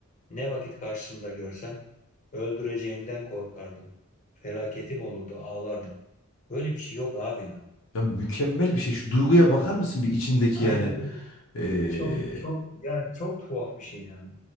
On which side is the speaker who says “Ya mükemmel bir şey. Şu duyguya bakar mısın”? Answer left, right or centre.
Left